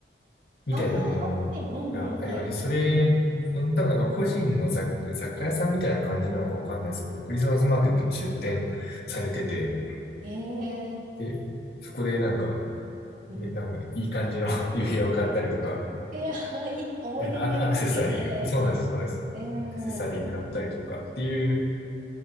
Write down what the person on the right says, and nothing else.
ああ、はいはい。うんうん。はい。
へえ。
うん。
<laughs> えー、<laughs> いい思い出になりますよね。
う
ん。